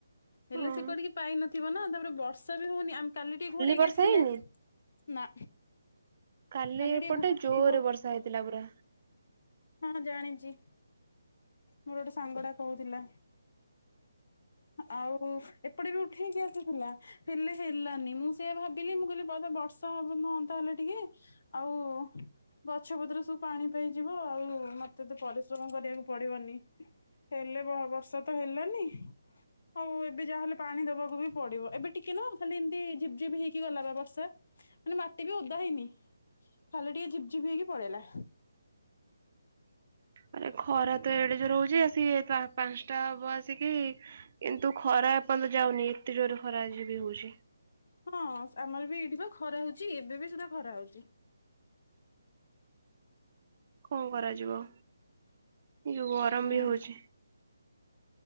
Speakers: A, on the left; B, on the right.
A: ହେଲେ
B: ହଁ
A: ସେ କୁଆଡିକି ପାଇନଥିବ ନା ତାପରେ ବର୍ଷା ବି ହଉନି ଆମ କାଲି ଟିକେ ଘୋଡେଇକି
B: ବର୍ଷା
A: ଆସିଥିଲେ
B: ହେଇନି?
A: ନା।
B: କାଲି ଏପଟେ
A: ଟିକେ ଘୋ
B: ଜୋରେ
A: ଘୋ
B: ବର୍ଷା ହେଇଥିଲା ପୁରା।
A: ହଁ ଜାଣିଛି। ମୋର ଗୋଟେ ସାଙ୍ଗ ଟା କହୁଥିଲା। ଆଉ ଏପଟେ ବି ଉଠେଇକି ଆସିଥିଲା ହେଲେ ହେଲାନି ମୁଁ ସେଆ ଭାବୁ ଥୀଲି ମୁଁ କିଲି ବଧେ ବର୍ଷା ହବ ହଅନ୍ତା ହେଲେ ଟିକେ ଆଉ ଗଛ ପତ୍ର ସବୁ ପାଣି ପାଇଯିବ ଆଉ ମତେ ଏତେ ପରିଶ୍ରମ କରିବାକୁ ପଡିବନି ହେଲେ ବର୍ଷା ତ ହେଲାନି ଆଉ ଏବେ ଯାହେଲେ ପାଣି ଦବାକୁ ବି ପଡିବ ଏବେ ଟିକେ ନ ଖାଲି ଏମିତି ଝିପ ଝିପ୍ ହେଇକି ଗଲା ବା ବର୍ଷା ମାନେ ମାଟି ବି ଓଦା ହେଇନି ଖାଲି ଟିକେ ଝିପଝିପ ହେଇକି ପଳେଇଲା।
B: ଆରେ ଖରା ତ ଏଡେ ଯୋଉ ରହୁଛି। ସିଏ ପାଞ୍ଚଟା ହବ ଆସିକି କିନ୍ତୁ ଖରା ଏପର୍ଯ୍ୟନ୍ତ ଯାଉନି ଏତେ ଜୋରରେ ଖରା। ଆଜି ବି ହଉଛି।
A: ହଁ ଆମର ବି ଏଇଠି ତ ଖରା ହଉଛି ଏବେ ବି ସୁଧା ଖରା ହଉଛି।
B: କଣ କରାଯିବ ୟୁ ଗରମ
A: ହୁଁ।
B: ବି ହଉଛି।